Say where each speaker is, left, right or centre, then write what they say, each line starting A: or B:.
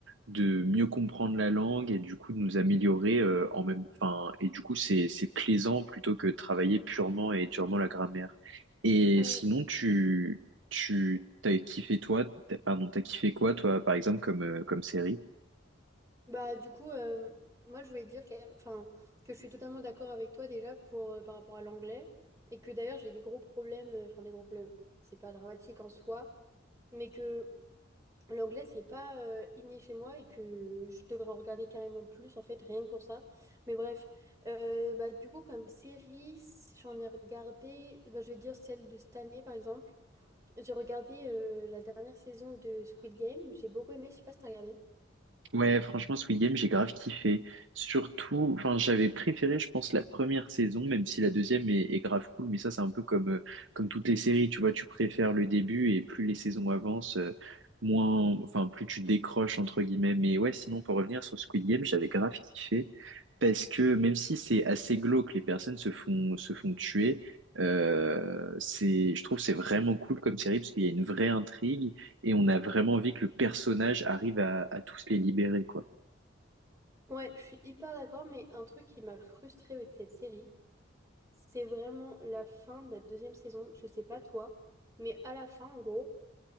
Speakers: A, on the right (about 70°); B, on the right (about 15°).
A: mieux comprendre la langue et du coup de nous améliorer euh, en même enfin et du coup c'est c'est plaisant plutôt que de travailler purement et durement la grammaire. Et
B: Euh,
A: sinon tu tu t'as kiffé toi t'as- pardon t'as kiffé quoi toi par exemple comme euh, comme série?
B: Bah, du coup, euh, moi, je voulais dire que, enfin, que je suis totalement d'accord avec toi déjà pour, euh, par rapport à l'anglais. Et que d'ailleurs, j'ai des gros problèmes, euh, enfin, des gros problèmes, c'est pas dramatique en soi, mais que. L'anglais, c'est pas euh, inné chez moi et que je devrais en regarder carrément plus, en fait, rien que pour ça. Mais bref, euh, bah, du coup, comme série, j'en ai regardé, bah, je vais dire celle de cette année, par exemple. J'ai regardé euh, la dernière saison de Squid Game, j'ai beaucoup aimé, je sais pas si t'as regardé.
A: Ouais, franchement, Squid Game, j'ai grave kiffé. Surtout, enfin, j'avais préféré, je pense, la première saison, même si la deuxième est, est grave cool. Mais ça, c'est un peu comme, euh, comme toutes les séries, tu vois, tu préfères le début et plus les saisons avancent, euh, moins, enfin, plus tu décroches, entre guillemets. Mais ouais, sinon, pour revenir sur Squid Game, j'avais grave kiffé parce que même si c'est assez glauque, les personnes se font, se font tuer. euh, c'est, je trouve, que c'est vraiment cool comme série parce qu'il y a une vraie intrigue et on a vraiment envie que le personnage arrive à, à tous les libérer, quoi.
B: Ouais, je suis hyper d'accord, mais un truc qui m'a frustrée avec cette série, c'est vraiment la fin de la deuxième saison, je sais pas toi, mais à la fin, en gros.